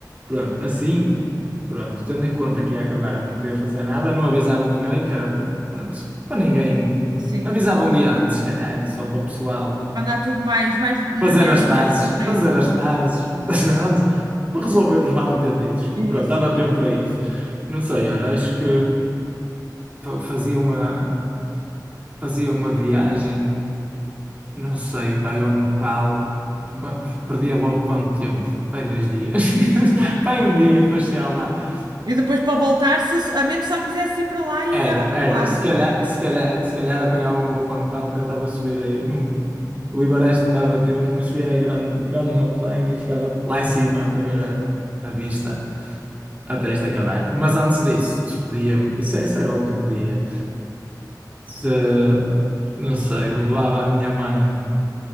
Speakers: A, on the right; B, on the right.
A: Pronto, assim, pronto, tendo em conta que ia acabar, eu não podia fazer nada, não avisava ninguém, que era para, pronto, para ninguém.
B: Sim.
A: Avisava um dia antes, se calhar, só para o pessoal.
B: Mandar tudo mais, mais na
A: Fazer
B: mesma,
A: as pazes,
B: mais descontraído,
A: fazer
B: não
A: as
B: é?
A: pazes,
B: Exato.
A: <laughs> Pronto, para resolver os mal-entendidos.
B: Isso,
A: Pronto, dava tempo para isso. Não sei, olha, acho que fa- fazia uma, fazia uma viagem, não sei, para ao Nepal, De- perdia logo quanto tempo? Pai, dois dias. <laughs>
B: Pois,
A: Pai, um
B: exatamente.
A: dia para chegar lá.
B: E depois para voltar, se, a menos só quisesse ir para lá e
A: Era,
B: acabavas
A: era.
B: lá.
A: Se
B: senão-
A: calhar, se calhar, se calhar apanhava um bom pano pau, tentava subir aí. Não, o Ibareste não dava tempo, mas subia aí grande, grande montanha e ficava lá em cima a ver a, a vista até isto acabar. Mas antes disso, despedia-me. Isso, esse era o último dia. Se, não sei, levava a minha mãe